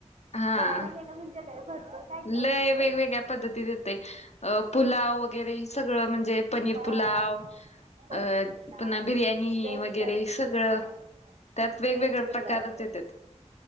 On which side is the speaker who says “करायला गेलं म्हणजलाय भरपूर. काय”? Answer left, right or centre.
Right